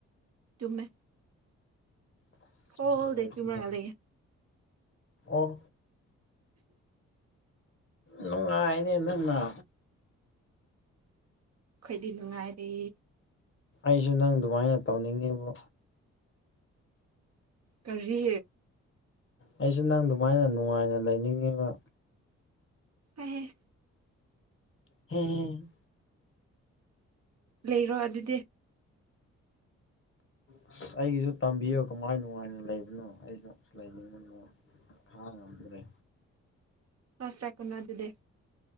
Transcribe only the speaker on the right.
ꯇꯨꯝꯃꯦ
ꯍꯣꯍꯣꯜꯗꯩꯩ
ꯇꯨꯝꯃꯥꯒ
ꯂꯩꯌꯦ
ꯈꯣꯏꯗꯤ ꯅꯨꯡꯉꯥꯏꯔꯦ
ꯀꯔꯤ
ꯍꯣꯏ ꯍꯦ
ꯂꯩꯔꯣ ꯑꯗꯨꯗꯤ
ꯑꯁ ꯆꯥꯏꯀꯨꯅꯣ ꯑꯗꯨꯗꯤ